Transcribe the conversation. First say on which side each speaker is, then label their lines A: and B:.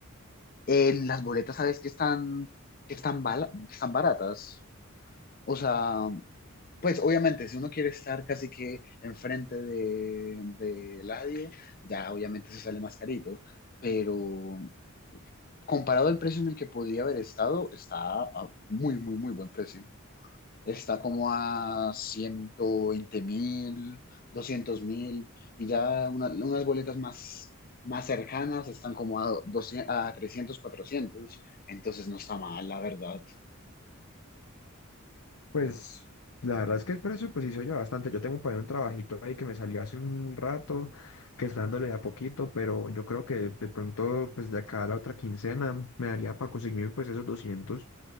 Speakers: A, on the left; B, on the left.
A: En las boletas, ¿sabes que están, que están, bala- que están baratas? O sea, pues obviamente, si uno quiere estar casi que enfrente de, de Eladio, ya obviamente se sale más carito. Pero comparado al precio en el que podía haber estado, está a muy, muy, muy buen precio. está como a ciento veinte mil, doscientos mil, y ya una- unas boletas más, más cercanas están como a, 200 a 300 400 entonces no está mal, la verdad.
B: Pues la verdad es que el precio pues sí se oye bastante. Yo tengo por ahí un trabajito ahí que me salió hace un rato, que está dándole de a poquito, pero yo creo que de pronto pues de acá a la otra quincena me daría para conseguirme pues esos 200